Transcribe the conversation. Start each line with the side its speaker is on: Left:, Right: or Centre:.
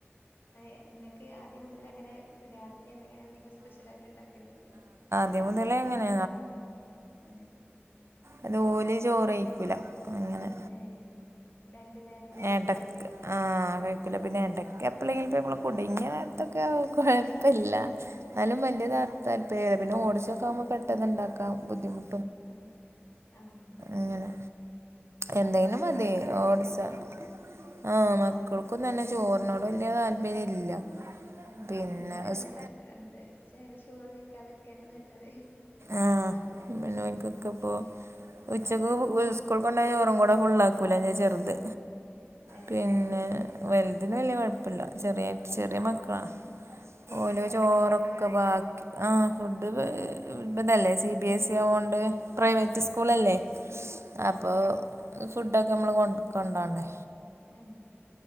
Left: ഏ നിങ്ങക്ക് ആദ്യം മുതൽ അങ്ങനെ രാത്രി എന്തെങ്ങനെ എന്തെങ്കിലും സ്പെഷ്യൽ ആയിട്ട് ഉണ്ടാക്കേണ്ടിരുംല്ലേ
Right: ദ്യം മുതലേങ്ങനെ
Left: എ ഏ
Right: അത് ഓല്‌ ചോറയ്ക്കുല അങ്ങനെ
Left: ഏഹ് രണ്ടു നേരം ചോറ്
Right: എടക്ക്
Left: കഴിക്കൂലേക്കാരല്ലേ
Right: ആ കഴിക്കുല പിന്നെ എടക്ക് എപ്പളെങ്കിലും ഇപ്പമ്മള് കുടുങ്ങ്യൽ തൊക്കെ ആ കൊഴപ്പല്ലാ എന്നാലും വലിയ
Left: ആഹ്
Right: താല്പര്യം പിന്നെ ഓട്സ് ഒക്കാക്മ്പോ പെട്ടെന്നുണ്ടാക്കാം ബുദ്ധിമു
Left: ആഹ് ആഹ്
Right: അങ്ങനെ എന്തെങ്കിലും
Left: മക്കളൊക്കെ
Right: മതി
Left: അതന്നെക്കാരല്ലെ
Right: ഓട്സ്
Left: കഴിക്ക
Right: ആഹ് മക്കൾക്കും തന്നെ ചോറിനോട് വലിയ താല്പര്യ ഇല്ല
Left: ഉം
Right: പിന്നെ
Left: നല്ലതാണ്
Right: സ്
Left: രണ്ട് ചെറി ചോറ് കഴിക്കാതൊക്കെന്നെ നല്ലത്
Right: ആഹ് പിന്നോൽക്കൊക്കെ
Left: ഉം
Right: ഇ പോ ഉച്ചക്ക്
Left: ഉം
Right: സ്‌കൂ ക്ക്ള്ള ചോറും കൂടെ ഫുുള്ളാക്കൂല ൻ്റെ ചെറുത്
Left: ഏഹ്
Right: പിന്നെ വൽ അതിന് വല്ല്യ കുഴപ്പില്ല ചെറിയ ചെറിയ
Left: ഉം
Right: മക്കളാ
Left: ഫുഡൊക്കെ
Right: ഓല ചോറൊക്കെ
Left: കൊണ്ടോവലേക്കാരല്ലേ
Right: ബാക്കി ആ ഫുഡ് ഇതല്ലേ സി ബി എസ് ഇ ആവോണ്ട് പ്രൈവറ്റ്
Left: ആഹ്
Right: സ്കൂളല്ലേ
Left: ആഹ്
Right: അപ്പോൾ
Left: ആഹ്
Right: ഫുഡൊക്കെ നമ്മൾ കൊ കൊണ്ടോണ്ടേ
Left: ഏ